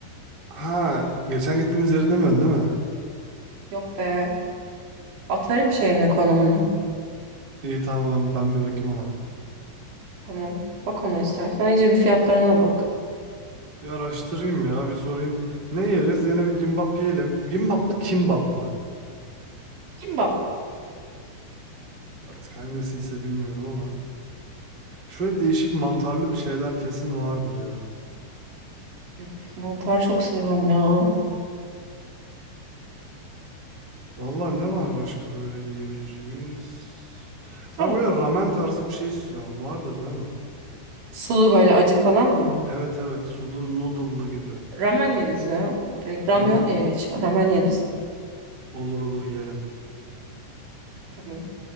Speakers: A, on the right; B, on the right.
A: Ha, geçen gittiğimiz yeri demiyorsun değil mi?
B: Yok be. Atarım şeyini konumunu.
A: İyi tamam ben, ben bir bakayım ona.
B: Tamam. Bak onu istersen. İyice bir fiyatlarına da bak.
A: Bir araştırayım ya bir sorayım. Ne yeriz? Yine bir gimbap yiyelim. Gimbap mı kimbap mı?
B: Kimbap.
A: Artık hangisi ise bilmiyorum ama. Şöyle
B: Hı hı.
A: değişik mantarlı bir şeyler kesin vardır ya.
B: Üf, Mantar çok seviyorum ya.
A: Vallahi ne var başka böyle yiyebileceğimiz?
B: Tavuk.
A: Ben böyle ramen tarzı bir şey istiyorum. Vardır değil mi?
B: Sulu böyle acı falan mı?
A: Evet evet sulu noodle'lı gibi.
B: Ramen yeriz ya. Direkt ramyon
A: Ramen
B: diye geçiyor. Ramen yeriz.
A: Olur olur yiyelim.
B: Tamam.